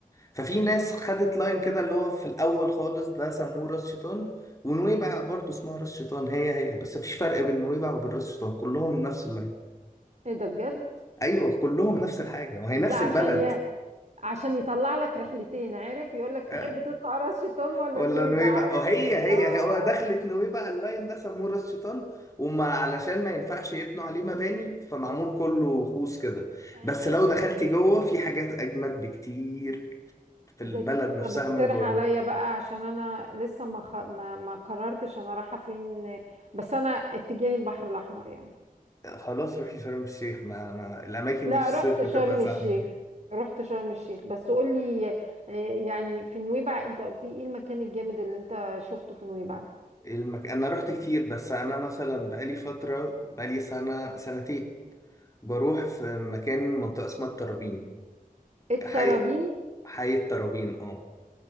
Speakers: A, on the left; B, on the right.
A: ففي ناس خدت لاين كده اللي هو في الاول خالص ده سموه راس شيطان ونويبع برضه اسمها راس شيطان هي هي بس مفيش فرق بين نويبع وبين راس شيطان كلهم نفس اللاين
B: ايه ده بجد
A: ايوه كلهم نفس الحاجه وهي
B: ده
A: نفس
B: عشان
A: البلد
B: يا عشان يطلع لك رحلتين عارف يقول لك تحب
A: أه،
B: تطلع راس شيطان ولا
A: ولا
B: نويبع
A: نويبع
B: عارف
A: وهي هي
B: اه اه
A: هي هو دخلت
B: آه.
A: نويبع اللاين ده سموه راس شيطان وما علشان ما ينفعش يبنوا عليه مباني فمعمول كله خوص كده
B: عشش
A: بس لو دخلت جوه في حاجات اجمد بكتير في
B: زي
A: البلد
B: ايه
A: نفسها
B: طب اقترح
A: من جوه
B: عليا بقى عشان انا لسه ما خ... ما... ما قررتش انا رايحه فين بس انا اتجاهي البحر الاحمر يعني
A: خلاص روحي شرم الشيخ ما ما الاماكن
B: لا
A: دي في الصيف
B: رحت شرم
A: بتبقى زحمه
B: الشيخ رحت شرم الشيخ بس قولي آه، يعني في نويبع انت قلت لي ايه المكان الجامد اللي انت شفته في نويبع
A: المك... انا رحت كتير بس انا مثلا بقالي فتره بقالي سنه سنتين بروح في مكان منطقه اسمها الترابين
B: الترابين
A: حي حي الترابين اه